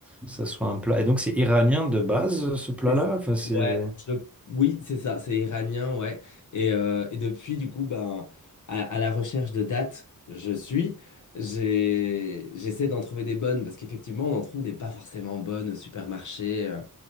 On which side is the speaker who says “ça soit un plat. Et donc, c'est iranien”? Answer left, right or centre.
Centre